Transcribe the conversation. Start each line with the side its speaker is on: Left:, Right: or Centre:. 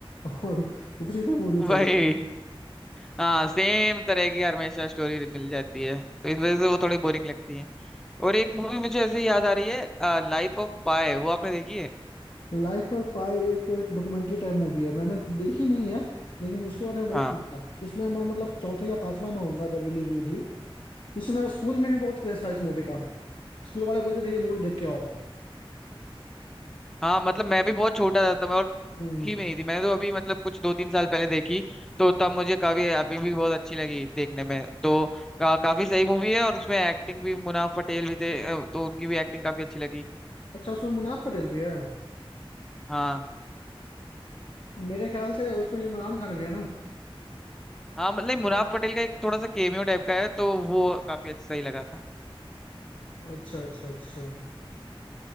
Left: <laughs> और उसी पे मूवी चली
Centre: वही हाँ सेम तरह की हमेशा स्टोरी मिल जाती है तो इस वजह से वो थोड़ी बोरिंग लगती है और एक मूवी मुझे ऐसे ही याद आ रही है लाइफ ऑफ पाई वो आपने देखी है
Left: लाइफ पर पाई एक तो एक डॉक्यूमेंट्री टाइप मूवी है मैंने देखी नहीं है लेकिन उसके बारे में बहुत
Centre: हाँ
Left: सुना था उसमें मैं मतलब चौथा या पांचवा में होऊंगा जब रिलीज हुई थी उसमें स्कूल में भी बहुत क्रेज था इस मूवी का स्कूल वाले बोलते थे ये मूवी देख के आओ
Centre: हाँ मतलब मैं भी बहुत छोटा था तब और देखी
Left: हम्म
Centre: भी नहीं थी मैंने तो अभी मतलब कुछ दो तीन साल पहले देखी तो तब मुझे काफी अभी भी बहुत अच्छी लगी देखने में तो का, काफी सही मूवी है और उसमें एक्टिंग भी मुनाफ पटेल भी थे अ, तो उनकी भी एक्टिंग काफी अच्छी लगी
Left: अच्छा उसमें मुनाफ पटेल भी है
Centre: हाँ
Left: मेरे ख्याल से उसमें इमरान खान भी है ना
Centre: हाँ मतलब मुनाफ पटेल का एक थोड़ा सा केमियो टाइप का है तो वो काफी अच्छा सही लगा था
Left: अच्छा अच्छा अच्छा